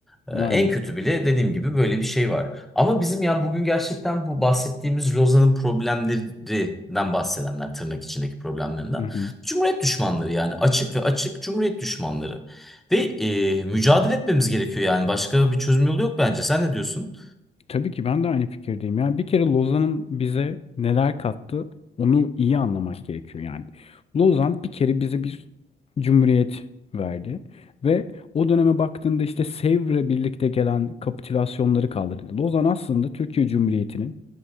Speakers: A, in the centre; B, on the left.
A: Ee, En
B: Aynen.
A: kötü bile dediğim gibi böyle bir şey var. Ama bizim ya bugün gerçekten bu bahsettiğimiz Lozan'ın problemlerinden bahsedenler tırnak içindeki problemlerinden.
B: Hı hı.
A: Cumhuriyet düşmanları yani açık ve açık Cumhuriyet düşmanları. Ve e, mücadele etmemiz gerekiyor yani başka bir çözüm yolu yok bence. Sen ne diyorsun?
B: Tabii ki ben de aynı fikirdeyim. Yani bir kere Lozan'ın bize neler kattı onu iyi anlamak gerekiyor yani. Lozan bir kere bize bir cumhuriyet verdi ve o döneme baktığında işte Sevr'le birlikte gelen kapitülasyonları kaldırdı. Lozan aslında Türkiye Cumhuriyeti'nin